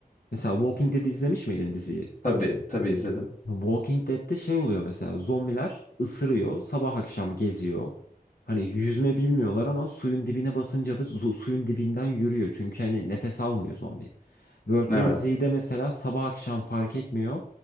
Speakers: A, on the left; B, on the left.
A: Mesela Walking Dead izlemiş miydin diziyi?
B: Tabii, tabii izledim.
A: Walking Dead'de şey oluyor mesela zombiler ısırıyor sabah akşam geziyor. Hani yüzme bilmiyorlar ama suyun dibine basınca da su- suyun dibinden yürüyor. Çünkü hani nefes almıyor zombi. World War
B: Evet.
A: Z'de mesela sabah akşam fark etmiyor.